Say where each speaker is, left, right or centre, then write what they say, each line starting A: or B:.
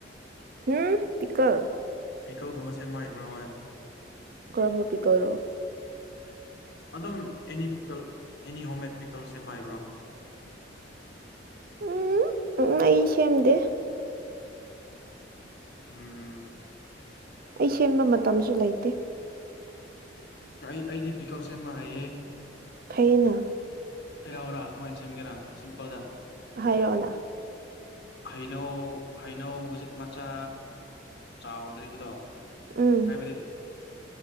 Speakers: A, on the right; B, on the left.
A: ꯎꯝ ꯄꯤꯀ
B: ꯄꯤꯀꯜꯒꯨꯝꯕ ꯁꯦꯝꯃꯏꯕ꯭ꯔꯣ ꯍ
A: ꯀꯔꯝꯕ ꯄꯤꯛ ꯑꯣꯏꯔꯣ
B: ꯑꯗꯨꯝ ꯑꯦꯅꯤ ꯄꯤꯀꯜ ꯑꯦꯅꯤ ꯍꯣꯝꯃꯦꯠ ꯄꯤꯀꯜ ꯁꯦꯝꯕ ꯍꯥꯏꯕ꯭ꯔꯣ
A: ꯎꯝ ꯎ ꯑꯩ ꯁꯦꯝꯗꯦ
B: ꯎꯝ
A: ꯑꯩ ꯁꯦꯝꯦꯟꯕ ꯃꯇꯝꯁꯨ ꯂꯩꯇꯦ
B: ꯑꯩ ꯑꯩꯗꯤ ꯄꯤꯀꯜ ꯁꯦꯝꯕ ꯍꯥꯏꯌꯦꯦ
A: ꯊꯩꯅ
B: ꯍꯩꯔꯥꯎꯑꯣꯔꯥ ꯀꯃꯥꯏꯅ ꯁꯦꯝꯒꯦꯔꯥ ꯁꯤꯝꯄꯜꯗ
A: ꯍꯥꯏꯔꯛꯑꯣꯅ
B: ꯍꯩꯅꯧ ꯍꯩꯅꯧ ꯍꯧꯖꯤꯛ ꯃꯆꯥ ꯆꯥꯎꯗ꯭ꯔꯤꯕꯗꯣ
A: ꯎꯝ
B: ꯍꯥꯏꯕꯗꯤ